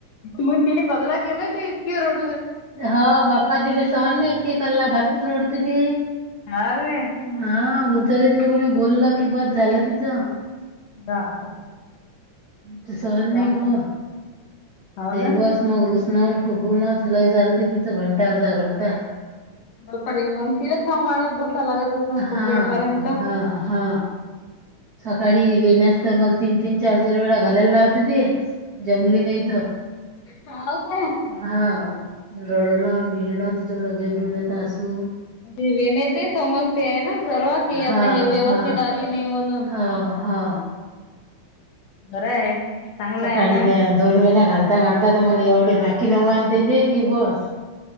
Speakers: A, on the left (about 60°); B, on the right (about 45°).
A: म त्याला कला केला तर इतकी रडु
B: हो बापा तिले सहन नाही होत की कल्ला बातच रोडते ते.
A: हा काय
B: हा उचान तिला कोणी बोललं की बस झालं तिचं.
A: बापरे
B: त सनणी
A: चांगलं
B: हो. अ
A: हो ना
B: बस मगरुषना. फुगूनच लय झालते तिथं घंटा अर्धा घंटा.
A: बपारी म तीला सांभाळत बस. क लाग असून खूप
B: हा
A: वेळ पर्यंत.
B: हा हा सकाळी येेण्यास तर मला तीन तीन चार चार वेळा घालायला लावते ते जमली नाही.
A: हाव काय?
B: हा र ग ति लगेच डोळ्यात आसू
A: म्हणे वेण्याची समस्या आहे ना सर्व कि आता
B: हा
A: हे व्यवस्थित
B: हा
A: आली नाही म्हणून.
B: हा, हा
A: खरं आहे चांगलं
B: सकाळी
A: आहे ना.
B: त्या वेण्या घालता, घालता तर मला एवढी नक्की नऊ आणते देगी बस